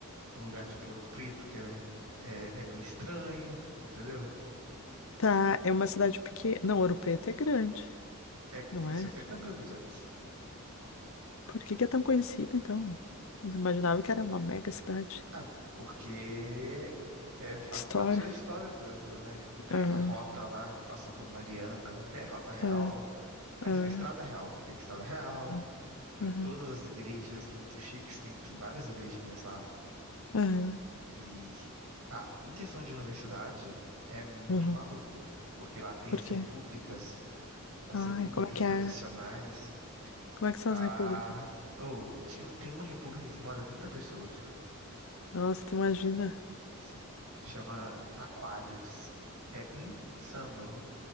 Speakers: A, on the right; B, on the left.
A: um lugar tipo Ouro Preto, que é, é, é meio estranho, entendeu?
B: Tá, é uma cidade pequena. Não, Ouro Preto é grande,
A: É
B: não é?
A: 70 mil habitantes.
B: Por que que é tão conhecida, então? Eu imaginava que era uma mega cidade.
A: Ah, porque é, faz
B: História.
A: parte da história do Brasil, né? Tem
B: Ah,
A: a rota lá que passa por Mariana, como é que é? Rota Real?
B: tá,
A: Não,
B: ah,
A: é é Estrada Real, tem Estrada Real.
B: ah,
A: Tem
B: aham,
A: todas as igrejas muito chiques, tem, tem várias igrejinhas lá.
B: aham,
A: E ah, em questão de universidade, é muito
B: aham.
A: maluco, porque lá tem
B: Por
A: as repúblicas,
B: quê?
A: as
B: Ai,
A: repúblicas
B: como é que
A: tradicionais.
B: é? Como é que são
A: Ah,
B: as repúblicas?
A: oh, tinha- tem uma república que mora 30 pessoas,
B: Nossa, tu imagina?
A: sim, chama Aquários. É insano,